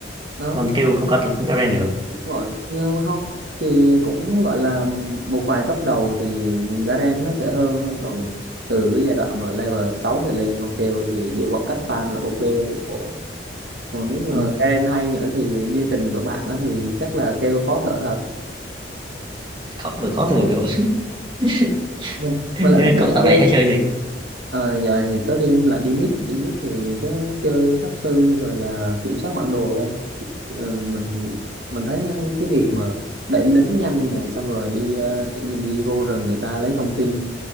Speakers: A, on the right (about 70°); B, on the right (about 25°).
A: Đó,
B: con kêu không cao từ cũng Eren được
A: Đúng rồi như học thì cũng gọi là một vài cấp đầu thì Garen nó sẽ hơn còn từ cái giai đoạn mà level 6 trở lên con kêu thì giữ khoảng cách farm là ok cũng ổn còn nếu như
B: ừ.
A: mà Garen hay nữa thì như tình của bạn á thì chắc là kêu khó thở thật
B: khó thở khó thở kiểu <laughs>
A: Vâng.
B: thế
A: mình lại
B: là
A: thích
B: cậu
A: gặp
B: dạo
A: kêu
B: này hay chơi gì
A: à, giờ này thì tới đêm lại đi mid đi mid thì tớ chơi pháp sư rồi là kiểm soát bản đồ thôi Ờ, mình mình thấy cái việc mà đẩy lính nhanh này xong rồi đi ờ, kiểu như đi vô rừng người ta lấy thông tin